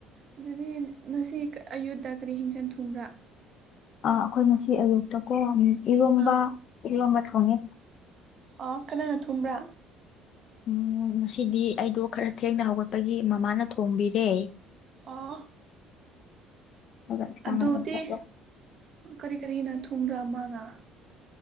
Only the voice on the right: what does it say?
ꯑꯗꯨꯗꯤ ꯉꯁꯤ ꯑꯌꯨꯠꯇ ꯀꯔꯤ ꯍꯦꯟꯖꯟ ꯊꯨꯝꯕ꯭ꯔꯥ
ꯑ
ꯑ ꯀꯅꯥꯅ ꯊꯨꯝꯕ꯭ꯔꯥ
ꯑꯣ
ꯑꯗꯨꯗꯤ
ꯀꯔꯤ ꯀꯔꯤꯅ ꯊꯨꯝꯕ꯭ꯔꯥ ꯃꯥꯅ